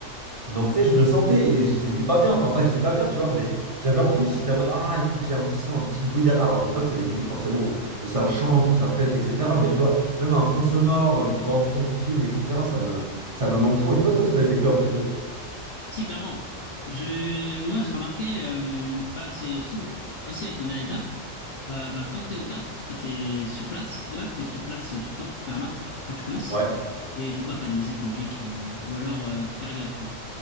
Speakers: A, on the right; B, on the left.
A: donc tu sais, je le sentais et j'étais pas bien. Enfin, pas que j'étais pas bien, tu vois, mais j'avais envie, j'étais en mode, ah, il faut que j'ai un petit son, un petit bruit derrière. Alors, je dis pas que c'est des musiques forcément où, où ça chante, où ça pète, etc., mais tu vois, même un fond sonore, une bande-son de film, etc., ça me, ça me manque trop. Je pense, toi, si t'avais vécu un peu ce truc.
B: Si, clairement. Je, moi, je remarquais, euh, bah, c'est surtout aussi avec mon dernier taf, euh, bah, quand t'es au taf, quand t'es sur place, de base, t'es sur place euh, tout le temps, en perma, quand tu commences.
A: Ouais.
B: Et du coup, bah, pas de musique, logique, euh, ou alors euh, faire gaffe, quoi.